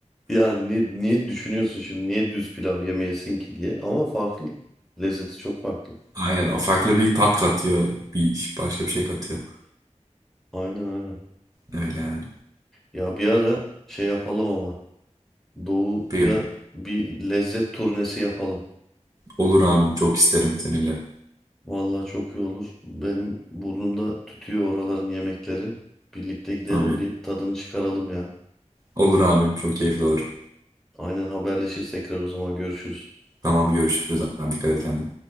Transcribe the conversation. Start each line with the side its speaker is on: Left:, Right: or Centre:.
Centre: ya niye, niye düşünüyorsun şimdi niye düz pilav yemeyesin ki diye ama farklı lezzeti çok farklı.
Right: Aynen. O farklı bir tat katıyor. Bir başka bir şey katıyor.
Centre: Aynen aynen.
Right: Öyle yani.
Centre: Ya bir ara şey yapalım ama doğuya
Right: Bir gün.
Centre: bir lezzet turnesi yapalım.
Right: Olur abim çok isterim seninle.
Centre: Vallahi çok iyi olur. Benim burnumda tütüyor oraların yemekleri. Birlikte gidelim
Right: Tabii.
Centre: bir tadını çıkaralım ya.
Right: Olur abim çok keyifli olur.
Centre: Aynen haberleşiriz tekrar o zaman görüşürüz.
Right: Tamam görüşürüz abim dikkat et kendine.